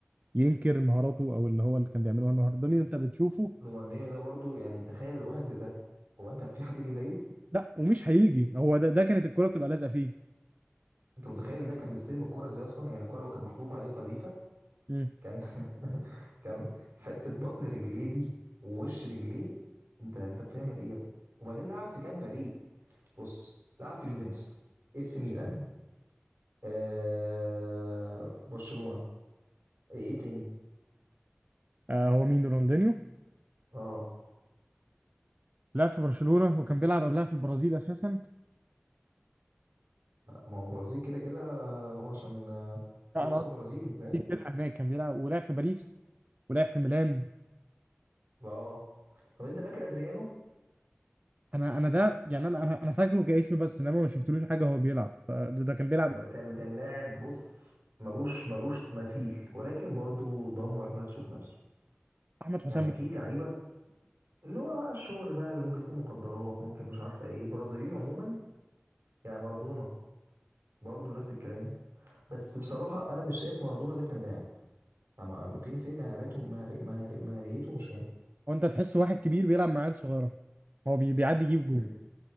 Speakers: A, on the right; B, on the right.
A: ينكر مهاراته او اللي هو اللي كان بيعمله النهارده اللي انت بتشوفه
B: رونالدينيو ده برضو يعني تخيل واحد زي ده هو انت في حد جه زيه
A: لا ومش هيجي هو ده ده كانت الكرة بتبقى لازقه فيه
B: انت متخيل ده كان بيستلم الكرة زي اصلا يعني الكرة لو كانت محذوفة عليه قذيفة
A: مم.
B: كان <laughs> كان حتة بطن رجليه دي ووش رجليه انت انت بتعمل ايه يا ابني وبعدين لعب في كام فريق بص لعب في جوفنتوس اي سي ميلان آه برشلونة ايه إيه تاني
A: آه هو مين رونالدينيو
B: اه
A: لعب في برشلونة وكان بيلعب قبلها في البرازيل اساسا
B: ما هو برازيل كده كده هو عشان آه،
A: لا
B: هو
A: انا
B: اصلا
A: قصدي
B: برازيلي انت فاهم
A: في فرقة هناك كان بيلعب ولعب في باريس ولعب في ميلان
B: اه طب انت فاكر ادريانو
A: انا انا ده يعني انا انا أنا فاكره كاسم بس انما ما شفتلوش حاجه هو بيلعب فده ده كان بيلعب
B: كان كان لاعب بص ملوش ملوش مثيل ولكن برضو دمر نفسه بنفسه
A: احمد حسام
B: يعني في لعيبه اللي هو الشغل بقى اللي ممكن تكون مخدرات ممكن مش عارفه ايه برازيليين عموما يعني مارادونا برضو نفس الكلام بس بصراحه انا مش شايف مارادونا ده كان لاعب أما- أما فين فين مهارته مهار- مهار- مهاريته مش فاهم
A: وانت تحس واحد كبير بيلعب مع عيال صغيره هو بي- بيعدي يجيب
B: مم.
A: جول